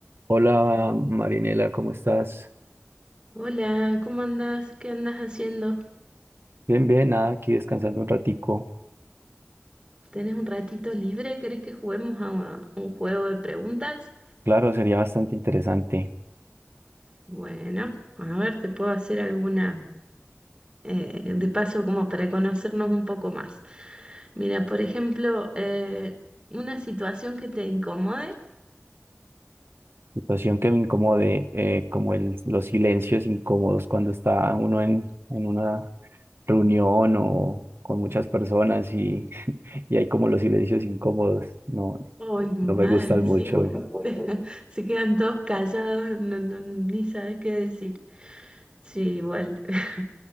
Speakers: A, on the right (about 60°); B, on the right (about 25°).
A: Hola Marinela, ¿cómo estás?
B: Hola, ¿cómo andas? ¿Qué andas haciendo?
A: Bien, bien, nada, aquí descansando un ratico.
B: ¿Tenés un ratito libre? ¿Querés que juguemos a un juego de preguntas?
A: Claro, sería bastante interesante.
B: Bueno, a ver, te puedo hacer alguna eh, de paso como para conocernos un poco más. Mira, por ejemplo, eh, una situación que te incomode.
A: Situación que me incomode, eh, como el, los silencios incómodos cuando está uno en, en una reunión o con muchas personas y, <laughs> y hay como los silencios incómodos. No,
B: Uy, mal,
A: no me gustan
B: sí.
A: mucho.
B: <laughs> Se quedan todos callados, no, no, ni sabes qué decir. Sí, igual. <laughs>